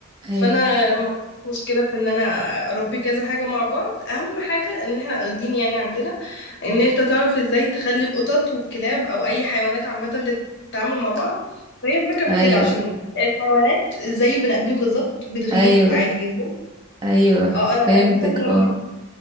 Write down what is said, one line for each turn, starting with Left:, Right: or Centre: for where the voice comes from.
Right: ايوه
Left: فانا ما عنديش مشكله في ان انا اربي كذا حاجه مع بعض اهم حاجه ان احنا واخدين يعني عندنا ان انت تعرف ازاي تخلي القطط والكلاب او اي حيوانات عامه تتعامل مع بعض فهي الفكره في
Right: ايوه
Left: كده عشان الحيوانات زي البني ادمين بالظبط بتغير
Right: ايوه
Left: عادي جدا
Right: ايوه
Left: اه
Right: فهمتك
Left: انا اساسا لما
Right: اه